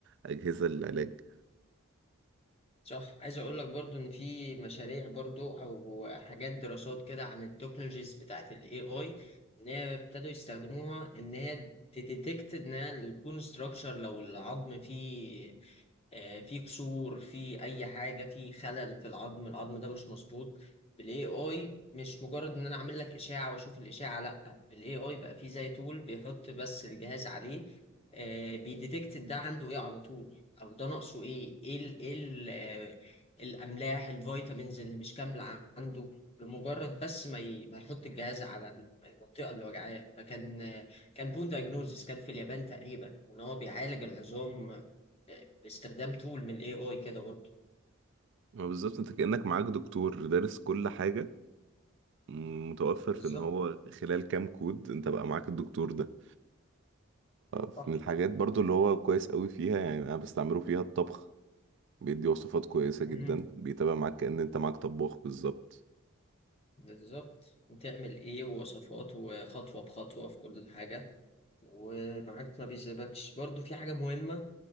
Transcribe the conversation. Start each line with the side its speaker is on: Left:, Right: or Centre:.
Right: أجهزة للعلاج
Left: صح عايز اقول لك برضو ان في مشاريع برضو او حاجات دراسات كده عن التكنولوجيز بتاعت الاي اي ان هي ابتدوا يستخدموها ان هي تديتكت ان هي البون ستراكشر لو العظم فيه آه، في كسور في اي حاجه في خلل في العظم العظم ده مش مظبوط بالاي اي مش مجرد ان انا اعمل لك اشاعه واشوف الاشاعه لا بالاي اي بقى في زي تول بيحط بس الجهاز عليه آه، بيديتكت ده عنده ايه على طول او ده ناقصه ايه ايه ال ايه ال آه، الاملاح الفيتامينز اللي مش كامله عنده بمجرد بس ما ي- ما يحط الجهاز على المنطقه اللي وجعاه فكان آه، كان بون دايجنوزس كان في اليابان تقريبا ان هو بيعالج العظام باستخدام تول من الاي اي كده برضه
Right: ما بالظبط انت كأنك معاك دكتور دارس كل حاجة م- متوفر
Left: بالظبط
Right: في ان هو خلال كام كود انت بقى معاك الدكتور ده فمن
Left: صح
Right: الحاجات برضو اللي هو كويس قوي فيها يعني انا بستعمله فيها الطبخ بيدي وصفات كويسة
Left: مم.
Right: جدا بيتابع معاك كأن انت معاك طباخ بالظبط
Left: بالظبط بتعمل ايه ووصفات وخطوة بخطوة في كل حاجة ومعاك ما بيسيبكش برضو في حاجة مهمة